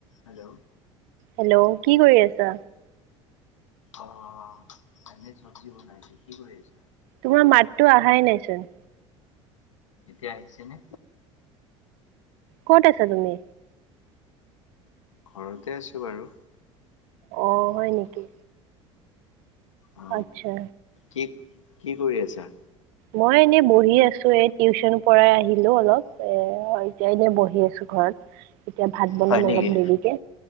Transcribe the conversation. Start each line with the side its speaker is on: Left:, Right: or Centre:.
Left: Hello?
Right: Hello কি কৰি আছা?
Left: অ ভাজি চব্জি বনাইছো, কি কৰি আছ?
Right: তোমাৰ মাততো অহাই নাইচোন?
Left: এতিয়া আহিছে নে?
Right: ক'ত আছা তুমি?
Left: ঘৰতে আছো বাৰু।
Right: অ হয় নেকি?
Left: অ
Right: আচ্ছা।
Left: কি - কি কৰি আছা?
Right: মই এনে বহি আছো, এ টিউচন পৰাই আহিলো অলপ এ এতিয়া এনে বহি আছো ঘৰত। এতিয়া ভাত বনাম
Left: হয় নেকি
Right: অলপ দেৰিকে,